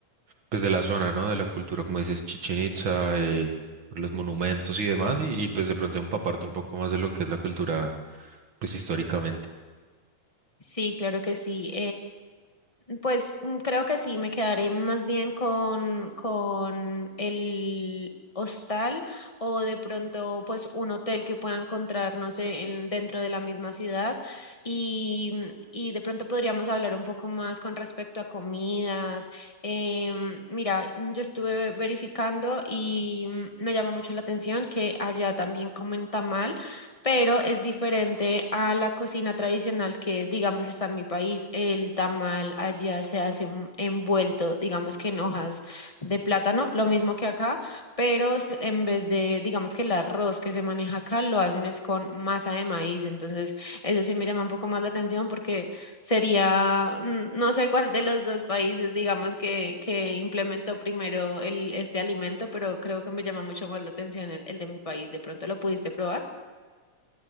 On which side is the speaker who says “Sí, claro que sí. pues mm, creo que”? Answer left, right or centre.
Left